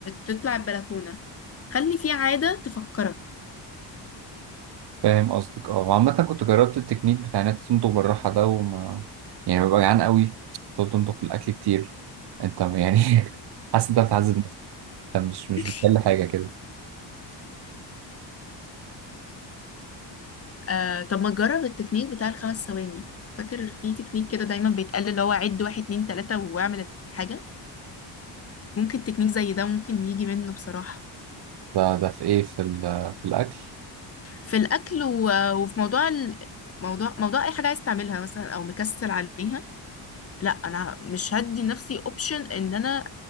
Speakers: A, on the left; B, on the right.
A: تطلع البلكونه خلي في عاده تفكرك
B: فاهم قصدك اه وعامة كنت جربت التكنيك بتاع انك تنضغ بالراحة ده وما يعني ببقى جعان قوي تقعد تنضغ في الأكل كتير انت يعني <laughs> حاسس انت بتعذب نفسك انت مش مش
A: <laughs>
B: بتحل حاجة كده
A: آه طب ما تجرب التكنيك بتاع الخمس ثواني فاكر في تكنيك كده دايما بيتقال اللي هو عد واحد اتنين تلاتة واعمل الحاجة ممكن تكنيك زي ده ممكن يجي منه بصراحة
B: ده ده في ايه في ال- في الأكل
A: في الأكل و- وفي موضوع ال... موضوع موضوع أي حاجة عايز تعملها مثلا أو مكسل عليها لا أنا مش هدي لنفسي أوبشن إن أنا